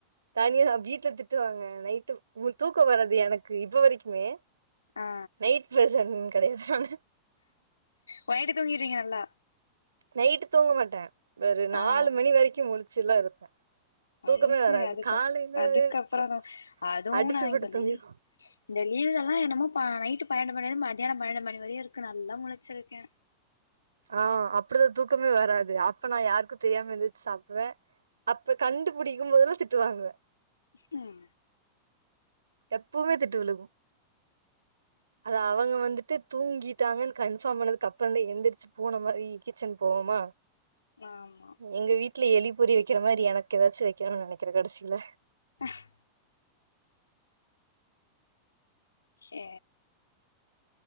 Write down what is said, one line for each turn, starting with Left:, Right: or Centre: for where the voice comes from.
Right: தனியா சாப் வீட்ல திட்டுவாங்க நைட்டு உ தூக்கோ வராது எனக்கு இப்ப வரைக்குமே
Left: ஆ
Right: நைட் பர்சன் கெடையாதுதான
Left: போய்ட்டு தூங்கிட்றீங்க நல்லா
Right: நைட்டு தூங்க மாட்டே ஒரு நாலு
Left: ஆ
Right: மணி வரைக்கு முழிச்சுல்லா இருப்பே தூக்கமே
Left: அது சரி
Right: வராது
Left: அதுக்கு
Right: காலையில
Left: அதுக்கப்றந்தா
Right: கு
Left: அதுவு
Right: அடிச்சு
Left: நா
Right: போட்டு
Left: இந்த
Right: தூங்கிருவே
Left: லீவு இந்த லீவ்லெல்லா என்னமோ ப நைட்டு பன்னெண்டு மணிலந்து மதியானோ பன்னெண்டு மணி வரையு இருக்கு நல்லா முழுச்சிருக்கே
Right: ஆ அப்டிதா தூக்கமே வராது அப்ப நா யார்க்கு தெரியாம எந்துருச்சு சாப்டுவே அப்ப கண்டுபிடிக்கும் போதெல்லா திட்டு வாங்குவே
Left: ஹும்
Right: எப்பவுமே திட்டு விழுகும் அது அவங்க வந்துட்டு தூங்கிட்டாங்கன் கன்ஃபார்ம் பண்ணதுக்கப்றதே எந்திர்ச்சு பூன மாரி கிச்சன் போவமா
Left: ஆமா
Right: எங்க வீட்ல எலி பொறி வைக்கிற மாரி எனக் எதாச்சு வெக்கணுன் நெனைக்கிறே கடைசில
Left: ஹ <inaudible> ஏ